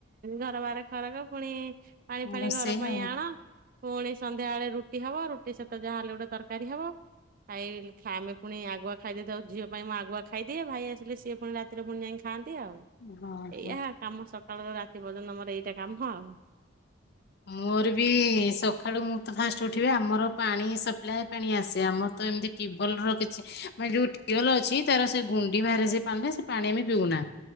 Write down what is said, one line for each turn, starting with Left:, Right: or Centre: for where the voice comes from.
Right: ଘର ବାହ ଖରକ ପୁଣି ପାଣି
Left: ହୁଁ
Right: ଫାଣି
Left: ରୋଷେଇ
Right: ଘର ପାଇଁ
Left: ଆଉ
Right: ଆଣ ପୁଣି ସନ୍ଧ୍ୟା ବେଳେ ରୁଟି ହବ ରୁଟି ସହିତ ଯାହାହେଲେ ଗୋଟେ ତରକାରୀ ହବ। ଖାଇ ଆମେ ପୁଣି ଆଗୁଆ ଖାଇଦଥାଉ ଝିଅ ପାଇଁ ମୁଁ ଆଗୁଆ ଖାଇଦିଏ। ଭାଇ ଆସିଲେ ସିଏ ପୁଣି ରାତି ଭରେ ପୁଣି ଯାଇି ଖାଆନ୍ତି ଆଉ
Left: ହଁ ହଁ
Right: ଏଇଆ କାମ ସକାଳର ରାତି ପର୍ଯ୍ୟନ୍ତ ଆମର ଏଇଟା କାମ ଆଉ।
Left: ମୋର ବି ବି ସକାଳୁ ମୁଁ ତ ଫାଷ୍ଟ ଉଠିବି ଆମର ପାଣି ସପ୍ଲାଏ ପାଣି ଆସେ ଆମ ତ ଏମିତି କିିବଲ ରଖିଛି। ମାନେ ଯୋଉ ଟିବଲ ଅଛି ତାର ସେ ଗୁଣ୍ଡି ବାହାରେ ସେ ପାଣିରେ ସେ ପାଣି ଆମେ ପିଉନା।